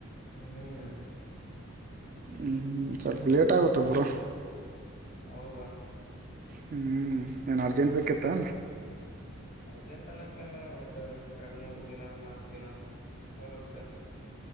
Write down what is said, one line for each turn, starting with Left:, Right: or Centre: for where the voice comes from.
Left: ಹ್ಮ್
Right: ಹ್ಮು ಸ್ವಲ್ಪ್ ಲೇಟ್ ಆಗುತ್ತೆ ಬ್ರೊ.
Left: ಹೌದಾ?
Right: ಹ್ಮೂ ಏನ್ ಅರ್ಜೆಂಟ್ ಬೇಕತ್ತ?
Left: ಅರ್ಜೆಂಟ್ ಅನ್ನದ್ ಕಿನ ಒಂದ್ ಎರಡ್ ಮೂರ್ ದಿನ ನಾಕ್ ದಿನ ಹೋಗುತ್ತೆ.